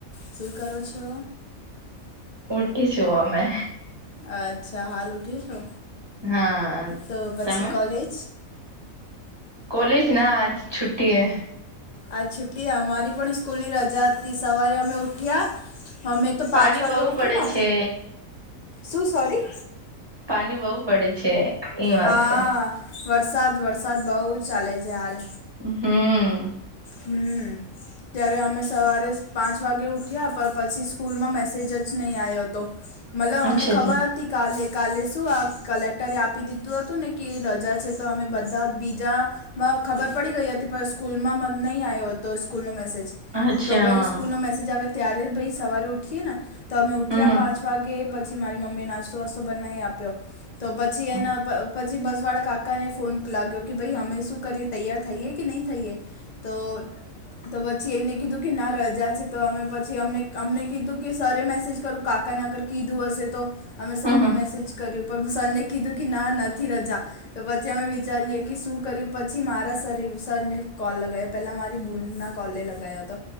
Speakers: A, on the left; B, on the right.
A: શું કરો છો.
B: ઉઠિ છુ અમે
A: અચ્છા હાલ ઉઠી છો.
B: હા
A: તો પછી
B: તમે
A: કોલેજ
B: કોલેજ ના આજ છુટી હૈ
A: આ છુટ્ટી અમારી પણ સ્કૂલ ની રજા હતી સવારે અમે ઉઠ્યા અમે તો પાંચ
B: પાણી
A: વાગે
B: બહુ
A: ઉઠો
B: પડે
A: ને
B: છે
A: શું સોરી
B: પાણી બહુ પડે છે, એ વાસ્તે
A: હા વરસાદ વરસાદ બઉુ જ ચાલે છે, હાલ
B: હમ્મ
A: હમ્મ. ત્યારે અમે સવારે પાંચ વાગે ઉઠ્યા પણ પછી સ્કૂલમાં મેસેજ જ નહીં આવ્યો હતો. મતલબ હમને
B: અચ્છા
A: ખબર
B: અચ્છા
A: આવતી કાલે કાલે શું આ કલેક્ટરે આપી દીધું હતું ને કે રજા છે, તો અમે બધા બીજા ખબર પડી ગઈ હતી સ્કૂલમાં નહીં આવ્યો હતો સ્કૂલ ન મેસેજ
B: અચ્છા
A: તો ભાઈ સ્કૂલ નો મેસેજ આવે ત્યારે ભાઈ સવારે ઉઠીએ ને તો અમે ઉઠી
B: હમ
A: પાંચ વાગે પછ મારી મમ્મી નાસ્તો વાસ્તો બનાવી આપ્યો તો પછી
B: હમ
A: એના
B: હમ
A: પછી બસ વાળા કાકાને ફોન લાગ્યો કે ભાઈ અમે શું કરીએ તૈયાર થઈએ કે નહી થઈએ. તો તો પછી એમને કીધું કે ના રજા છે, તો અમે પછી અ અમને કીધું કે સરરે મેસેજ કરું કાકાને અગર કીધું હશે તો. અમે સરને
B: હમ હમ
A: મેસેજ કર્યું પણ સરને કીધું કે ના નથી રજા. તો પછી અમે વિચારીએ કે શું કર્યું પછી મારા સર સરને કોલ લગાવ પેલા મારી બૂનના કોલે લગાવો હતો